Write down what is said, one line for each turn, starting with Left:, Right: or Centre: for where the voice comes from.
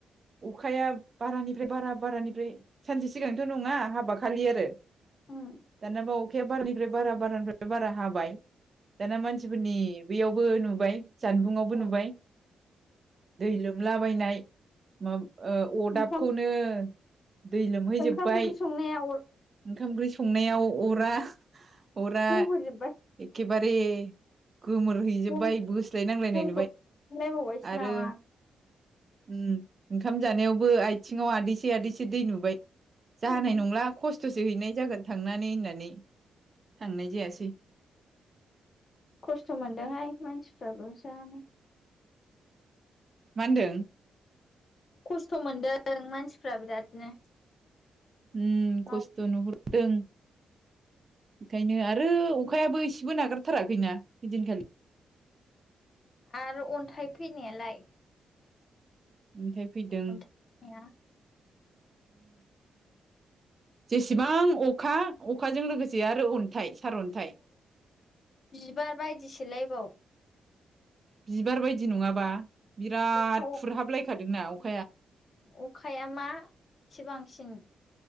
Right: अखाया बारानिफ्राय बारा बारानिफ्राय सानसे सिगांथ' नङा हाब खालि आरो।
Left: उम
Right: दानाबा अखाया बारानिफ्राय बारा बारानिफ्राय बारा हाबाय दाना मानसिफोरनि बेयावबो नुबाय जानबुंआवबो
Left: ओ औ
Right: नुबाय दै लोम- लाबायनाय माब
Left: औ
Right: अदाबखौनो दै लोमहैजोब्बाय
Left: ओंखाम ओंख्रि संनाया अर
Right: ओंखाम-ओंख्रि संनायाव अरा अरा
Left: गोबोरजोबबाय
Right: एखे- बारे गोमोरहैजोबबाय
Left: बन
Right: बोस्लायनांलायनाय
Left: बनखौ
Right: नुबाय
Left: लायबावबायसो
Right: आरो
Left: नामा
Right: उम ओंखाम जानायावबो आथिङाव आदैसे आदैसे दै नुबाय। जानाय
Left: उम
Right: नंला खस्थ'- खस्थ'सो हैनाय जागोन थांनानै होननानै थांनाय जायासै।
Left: खस्थ' मोनदोंहाय मानसिफ्राबो जानो।
Right: मा होनदों?
Left: खस्थ' मोनदों मानसिफ्रा बिरादनो।
Right: हम खस्थ'
Left: माव
Right: नुहुर- दों बेखायनो आरो अखायाबो एसेबो नागारथाराखैना ओइदिनखालि
Left: आरो अन्थाइ फैनायालाय
Right: अनथाय फैदों
Left: अन्थाइ फैनाया
Right: जेसेबां अखा - अखाजों लोगोसे आरो अन्थाइ सारअन्थाइ
Left: बिबार बायदिसोलायबाव
Right: बिबार बायदि नङाबा बिराद
Left: अखाया
Right: फुरहाबलायखादोंना अखा
Left: अखाया मा एसो बांसिन